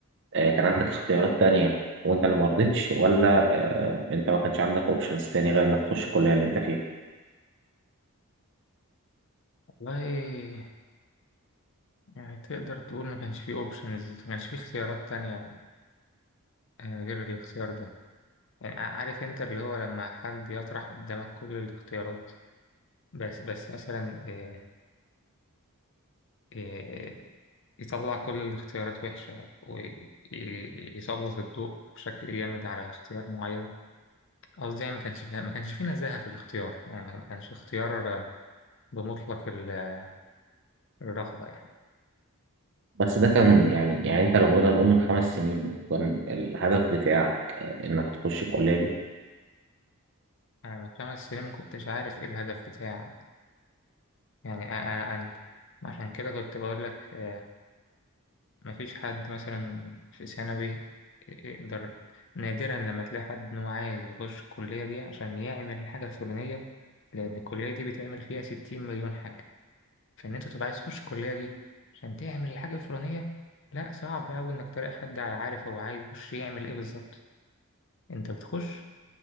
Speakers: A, on the right (about 55°); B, on the left (about 55°).
A: آه، كان عندك اختيارات تانية وانت اللي ما رضيتش ولا آه، انت ما كانش عندك اوبشنز تاني غير انك تخش الكلية اللي انت فيها
B: والله يعني تقدر تقول ما كانش فيه اوبشنز ما كانش فيه اختيارات تانية آه، غير الاختيار ده يعني ع- عارف انت اللي هو لما حد يطرح قدامك كل الاختيارات بس بس مثلا آه، آه، يطلع كل الاختيارات وحشة ويسلط الضوء بشكل جامد على اختيار معين قصدي يعني ما كانش ما كانش في نزاهة في الاختيار يعني ما كانش اختيار بمطلق ال- الرغبة يعني
A: بس ده كان يعني يعني انت لو نقدر نقول من خمس سنين كان الهدف بتاعك آه، انك تخش الكلية دي
B: أنا من خمس سنين ما كنتش عارف إيه الهدف بتاعي يعني أ- أ- أنت عشان كده كنت بقول لك آه، مفيش حد مثلا في ثانوي يقدر نادرا لما تلاقي حد إنه عايز يخش الكلية دي عشان يعمل الحاجة الفلانية لأن الكلية دي بتعمل فيها ستين مليون حاجة في ان انت تبقى عايز تخش الكليه دي عشان تعمل الحاجه الفلانيه لا صعب قوي انك تلاقي حد عارف هو عايز يخش يعمل ايه بالظبط انت بتخش